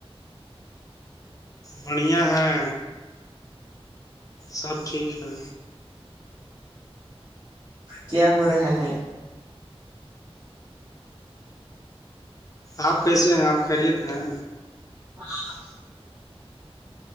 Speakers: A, on the left; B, on the right.
A: بڑھیا ہے سب ٹھیک ہے
B: کیا ہو رہا ہے
A: آپ کیسے ہیں آپ خیریت ہیں
B: ہاں <unintelligible>